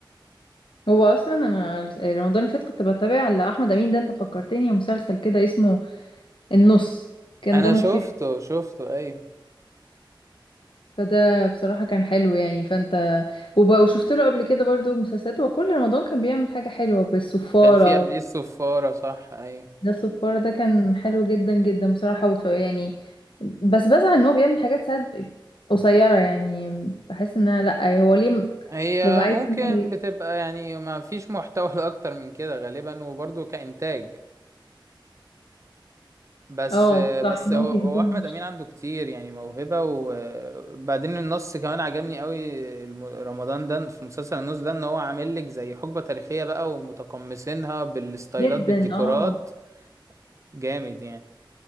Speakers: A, on the left; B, on the right.
A: هو اصلا انا رمضان اللي فات كنت بتابع لاحمد امين ده انت فكرتني مسلسل كده اسمه النص كان
B: انا
A: دمه
B: شفته
A: خفيف
B: شفته ايوه
A: فده بصراحة كان حلو يعني فانت وب... وشفت له قبل كده برضو مسلسلات هو كل رمضان كان بيعمل حاجة حلوة بالصفارة
B: كان في قبليه الصفاره صح ايوه
A: ده الصفارة ده كان حلو جدا جدا بصراحة وط... يعني بس بزعل ان هو بيعمل حاجات ساعات ب- قصيرة يعني بحس ان انا لا هو ليه م-
B: هي
A: ببقى عايز
B: ممكن
A: إن هو ي-
B: بتبقى يعني ما فيش محتوى <laughs> اكتر من كده غالبا وبرضو كانتاج بس
A: اه صح
B: بس
A: ممكن
B: هو هو
A: يكون
B: احمد
A: مش
B: امين عنده كتير يعني موهبه وبعدين النص كمان عجبني قوي الم- رمضان ده في مسلسل النص ده ان هو عامل لك زي حقبه تاريخيه بقى ومتقمصينها بالستايلات
A: جدا
B: بالديكورات
A: اه
B: جامد يعني